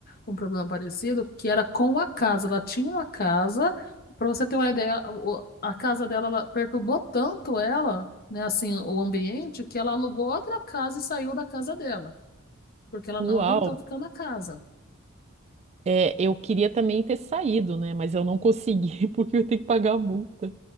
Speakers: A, on the left (about 45°); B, on the right (about 30°).
A: um problema parecido, que era com a casa. Ela tinha uma casa, para você ter uma ideia, o- a casa dela ela perturbou tanto ela, né, assim, o ambiente, que ela alugou outra casa e saiu da casa dela, porque ela
B: Uau!
A: não aguentou ficar na casa.
B: É, eu queria também ter saído, né? Mas eu não consegui, <laughs> porque eu tenho que pagar a multa.